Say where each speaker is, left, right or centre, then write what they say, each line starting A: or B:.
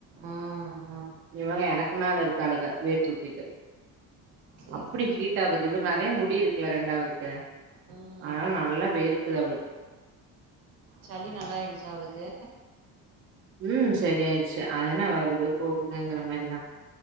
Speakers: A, on the right (about 80°); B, on the right (about 35°).
A: ம் ம்
B: இவக எனக்கு மேல இருக்காளுங்க வேர்த்துதிட்டு
A: சேரி
B: அப்படி ஹீட் இவளுக்கு நிறைய முடி இருக்குல்ல ரெண்டாவதுக்கு
A: ம்
B: அதனால நல்லா வேர்க்குது அவளுக்கு
A: சளி நல்லாயிடுச்சு அவளுக்கு
B: உம் சரி ஆயிடுச்சு அது என்ன வருது போகுதுங்கிற மாதிரிதான்